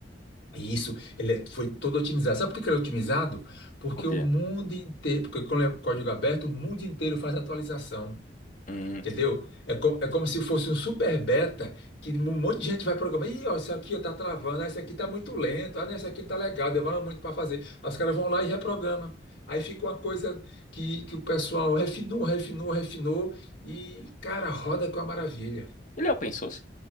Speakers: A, on the left; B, on the left.
A: E isso, ele é- foi todo otimizado. Sabe por que que ele é otimizado? Porque
B: Porque
A: o mundo inteiro, porque quando é código aberto, o mundo inteiro faz atualização.
B: hum,
A: Entendeu? É, co- é como se fosse um super beta que um monte de gente vai programar. Ih, ó, isso aqui ó, tá travando, ah, isso aqui tá muito lento, ah, não, isso aqui não tá legal, demora muito para fazer. Aí Os caras vão lá e reprogramam. Aí fica uma coisa que, que o pessoal refinou, refinou, refinou e, cara, roda com a maravilha.
B: ele é open source,